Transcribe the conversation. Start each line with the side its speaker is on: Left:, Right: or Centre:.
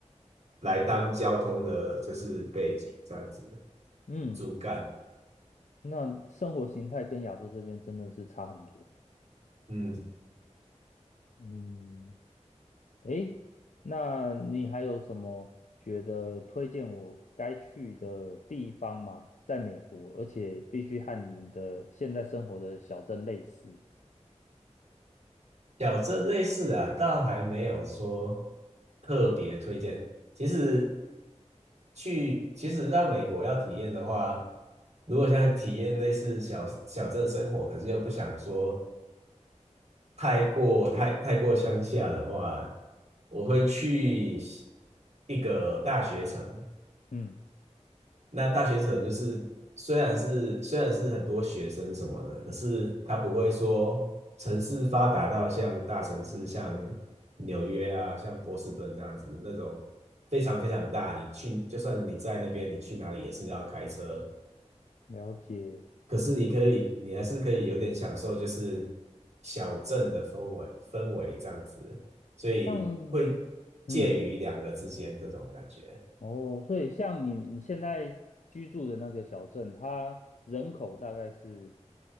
Right: 来当交通的，就是背景这样子
Left: 嗯，
Right: 主干。
Left: 那生活形态跟亚洲这边真的是差很多。
Right: 嗯，
Left: 嗯。诶，那你还有什么觉得推荐我该去的地方吗？在美国，而且必须和你的现在生活的小镇类似。
Right: 小镇类似啊，倒还没有说特别推荐。其实去，其实到美国要体验的话，如果想体验类似小小镇生活，可是又不想说太过太太过乡下的话，我会去一个大学城，
Left: 嗯，
Right: 那大学城就是虽然是虽然是很多学生什么的，可是他不会说城市发达到像大城市，像纽约啊，像波士顿这样子那种非常非常大。你去就算你在那边，你去哪里也是要开车，
Left: 了解。
Right: 可是你可以，你还是可以有点享受就是小镇的氛围氛围这样子，所以会介于两个之间这种感觉。
Left: 像，嗯，哦，所以像你你现在居住的那个小镇，它人口大概是